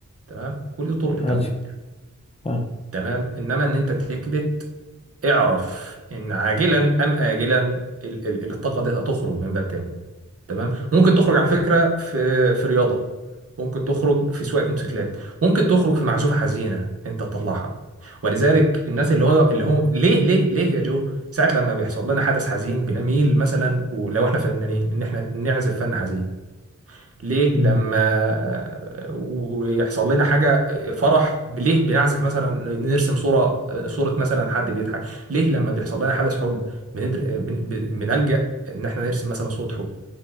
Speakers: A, on the right; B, on the left.
A: تمام كل دي طرق للتعبير
B: عجب آه.
A: تمام انما ان انت تكبت اعرف ان عاجلا ام اجلا ال- ال- الطاقه دي هتخرج من باب تاني تمام ممكن تخرج على فكره في في رياضه ممكن تخرج في سواقه موتوسيكلات ممكن تخرج في معزوفه حزينه انت تطلعها ولذلك الناس اللي هو اللي هو ليه ليه ليه يا جو ساعات لما بيحصل لنا حدث حزين بنميل مثلا ولو احنا فنانين ان احنا نعزف فن حزين ليه
B: مم.
A: لما ويحصل لنا حاجة فرح ليه بنعزف مثلا نرسم صورة صورة مثلا حد بيضحك ليه لما بيحصل لنا حدث حب بندر... بن... بن- بنلجأ ان احنا نرسم مثلا صورة حب